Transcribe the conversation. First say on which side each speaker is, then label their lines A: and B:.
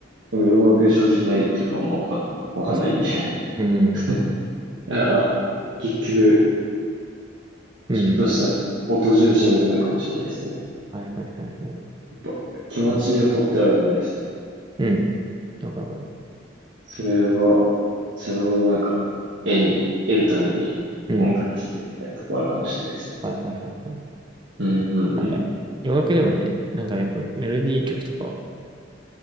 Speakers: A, on the right; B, on the right.
A: でも洋楽で正直何言ってるかあんまわか、わかんないんで。
B: まあ、そう。うん。
A: <laughs> だから、結局、
B: うん。
A: 聞くとしたら音重視になるのかもしれないですね。
B: はいはいはいはい。
A: やっぱ気持ちいい音ってあるじゃないですか。
B: うん。うん。わかるわかる
A: それが、それをなんか、絵に、得るために音楽聴いてるみたいなとこあるかもしれないですね。
B: うん。はいはいはいはい。
A: うんうん
B: なんか洋楽でもね、なんかやっぱメロディー曲とかは、